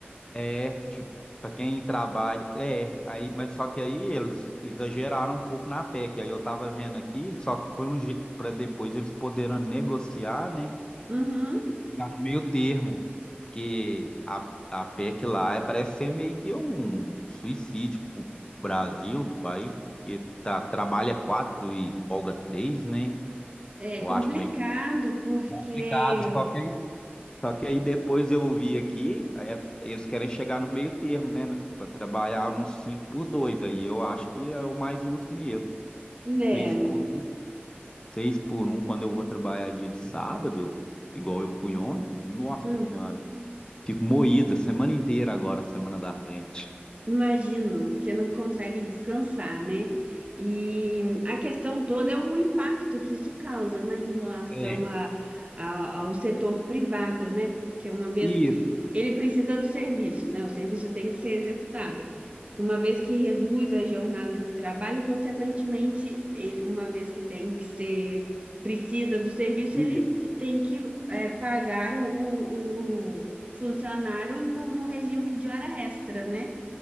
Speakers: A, on the left; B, on the right.
A: É, tipo, para quem trabalha, é, aí, mas só que aí eles exageraram um pouco na PEC, aí eu tava vendo aqui, só que foi um para depois eles poderem negociar, né,
B: Uhum.
A: e chegar no meio termo, porque a, a PEC lá é- parece ser meio que um suicídio pro, pro Brasil, pro país, porque tá, trabalha quatro e folga três, né,
B: É
A: eu
B: complicado
A: acho bem
B: porque,
A: complicado, só que é só que aí depois eu vi aqui, aí é- eles querem chegar no meio termo, né? Para trabalhar nos cinco por dois Aí eu acho que é o mais justo mesmo.
B: né?
A: seis por 1, 6 por um quando eu vou trabalhar dia de sábado, igual eu fui ontem. Nossa
B: hum.
A: Senhora, fico moída semana inteira agora, semana da frente.
B: Imagino, porque não consegue descansar, né? E a questão toda é o impacto que isso causa, né, em relação
A: É,
B: a, a- ao setor privado, né? Porque uma vez
A: isso,
B: que ele precisa do serviço, né? O serviço tem que ser executado. Uma vez que reduz as jornadas de trabalho, consequentemente, ele, uma vez que tem que ser, precisa do serviço,
A: isso.
B: ele tem que eh, pagar o, o- o funcionário no no regime de hora extra, né?